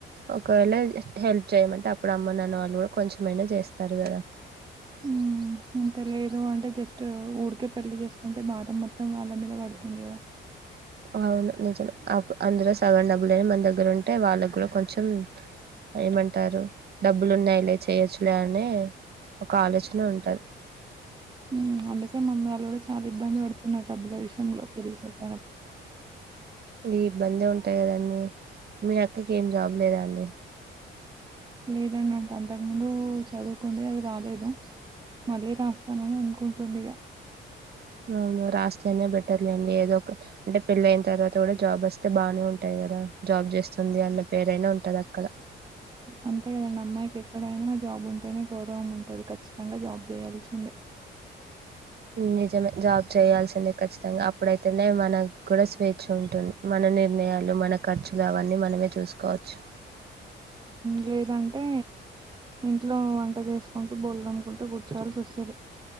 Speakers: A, on the right; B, on the right.
A: ఒకవేళ హెల్ప్ చేయమంటే అప్పుడు అమ్మ నాన్న వాళ్ళు కూడా కొంచెమైనా చేస్తారు కదా
B: ఉ అంతలా ఇ ఉండది జస్ట్ ఊరికే పెళ్లి చేసుకుంటే మారం మొత్తం వాళ్ళ మీద పడుతుంది కదా
A: అవును నిజం అ అందలో సగ డబ్లులే మన దగ్గర ఉ అంటే వాళ్ళ కూడా కొంచెం ఏమంటారు డబ్బులున్నాయి లే చేయొచ్చులే అని ఒక ఆలోచన ఉంటారు
B: హ్మ్ అందుకే మమ్మీ కూడా చాలా ఇబ్బంది పడుతున్నారు డబ్బుల విషయంలో పలిసట్
A: ఇ ఇబ్బంద ఉంటాయి కదండి మీ అక్కకి ఏం జాబ్ లేదా అండి
B: లేదాన్నా అంతకు ముందు చదువుకుే అది రాలేదు మళ్ళీ రాస్తానుని అనుకుంటుంది ఇక
A: అవును రాస్తేనే బెటర్లేండి ఏదో ఒక అంటే పెళ్ళ అయిన తర్వాత కూడా జాబ్ వస్తే బాగానే ఉంటాయి కదా జాబ్ చేస్తే సంది అన్న పేరైనా ఉంటుంది అక్కడ
B: అంతే కదండి అమ్మాయికి ఎక్కడైనా జాబ్ ఉంటేనే గౌరవం ఉంటుంది ఖచ్చితంగా జాబ్ చేయాల్సిందే
A: నిజమే జాబ్ చేయాల్సింద ఖచ్చితంగా అప్పుడైతే ఎ మన గుడ స్వేచ్ ఖర్చు ఉంటుంది మన నిర్ణయాలు మన ఖర్చులు అవన్నీ మనమే చూసుకోవచ్చు
B: లేదంటే ఇంట్లో వంట చేసుకుంటూ బొళ అమ్ముకుంటే కూర్చోల్సి వస్తుంది